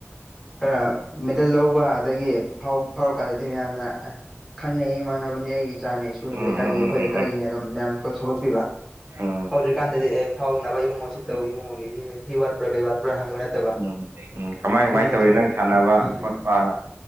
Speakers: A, in the centre; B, on the right (about 60°).
A: ꯈꯔ ꯃꯦꯗꯜ ꯂꯧꯕ ꯑꯗꯒꯤ ꯐꯥꯎꯔꯛ ꯀꯥꯟꯗꯗꯤ ꯃꯌꯥꯝꯅ ꯈꯪꯅꯩ ꯏꯃꯥꯟꯅꯕꯅꯤ ꯑꯩ ꯏꯆꯥꯅꯤ ꯏꯁꯨꯅꯤ
B: ꯎꯝ
A: ꯂꯩꯀꯥꯏꯒꯤ
B: ꯎꯝ
A: ꯑꯩꯈꯣꯏ
B: ꯎꯝ ꯎꯝ
A: ꯂꯩꯀꯥꯏꯒꯤꯅꯦ
B: ꯎꯝ
A: ꯑꯗꯨꯝ ꯃꯌꯥꯝ ꯁꯒꯠ ꯁꯧꯒꯠꯄꯤꯕ
B: ꯎꯝ
A: ꯍꯧꯗ꯭ꯔꯤꯀꯥꯟꯗꯗꯤ ꯑꯦ ꯐꯥꯎꯅꯕ ꯏꯕꯨꯡꯉꯣ ꯁꯤ ꯇꯧ ꯏꯕꯨꯡꯉꯣꯒꯤ ꯁꯤ ꯋꯥꯠꯄ꯭ꯔꯥ ꯀꯩ ꯋꯥꯠꯄ꯭ꯔꯥ ꯍꯪꯉꯣꯏ ꯅꯠꯇꯕ
B: ꯎꯝ ꯎꯝ ꯀꯃꯥꯏ
A: ꯑꯗꯨꯅꯤ
B: ꯀꯃꯥꯏꯅ ꯇꯧꯔꯤ
A: ꯁꯅ
B: ꯅꯪ ꯁꯥꯟꯅꯕ
A: ꯎꯝ
B: ꯈꯣꯠꯄꯅ